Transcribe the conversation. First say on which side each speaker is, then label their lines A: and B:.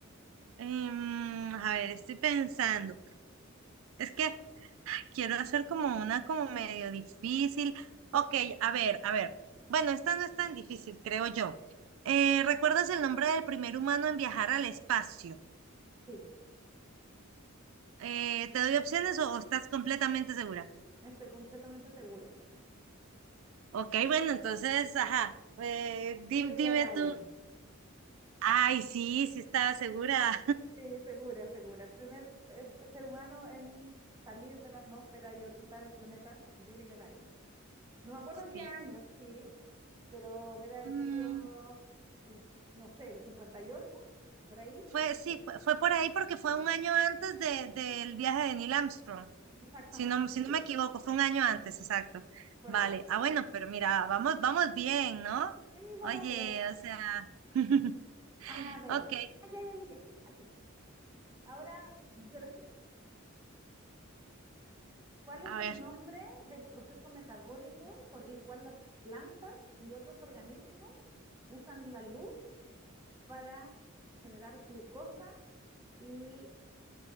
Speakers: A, on the right; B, on the right.
A: Em, a ver, estoy pensando. Es que quiero hacer como una como medio difícil. Ok, a ver, a ver. Bueno, esta no es tan difícil, creo yo. Eh, ¿recuerdas el nombre del primer humano en viajar al espacio?
B: Sí,
A: Eh, ¿te doy opciones o, o estás completamente segura?
B: estoy completamente segura.
A: Ok, bueno, entonces, ajá. eh, di-
B: Yuri
A: dime
B: Gagarin.
A: tú. Ay, sí, sí estaba segura.
B: Sí, segura, segura. El primer eh, ser humano en salir de la atmósfera y orbitar el planeta, Yuri Gagarin. No me acuerdo
A: <laughs>
B: en qué
A: Sí.
B: año, sí, pero debe haber
A: Mm,
B: sido, el- no sé, el 58, por ahí.
A: fue, sí,
B: Sí,
A: fue, fue por ahí porque fue un año antes de, del viaje de Neil Armstrong,
B: exactamente,
A: si no, si no
B: sí,
A: me equivoco, fue un año antes, exacto.
B: por
A: Vale,
B: ahí.
A: ah, bueno, pero mira, vamos, vamos bien, ¿no?
B: Sí, vamos
A: Oye,
B: bien.
A: o sea, <laughs>
B: A ver.
A: ok,
B: Ah, ya, ya, ya, ya. Aquí. Ahora, biología. ¿Cuál es
A: a
B: el
A: ver,
B: nombre del proceso metabólico por el cual las plantas y otros organismos usan la luz para generar glucosa y